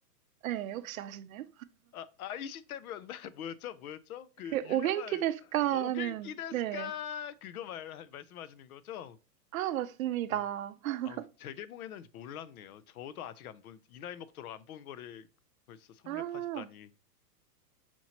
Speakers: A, on the right; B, on the left.
A: 네, 혹시 아시나요?
B: 아, 아이시때부였나 <laughs> 뭐였죠? 뭐였죠? 그
A: 그
B: 유명한
A: 오겐키 데스 까
B: 아, 오겐키
A: 하는
B: 데스까?
A: 네.
B: 그거 말, 말씀하시는 거죠?
A: 아, 맞습니다.
B: 어.
A: <laughs>
B: 아우, 재개봉했는지 몰랐네요. 저도 아직 안 본, 이 나이 먹도록 안 본 거를 벌써 섭렵하시다니.
A: 아,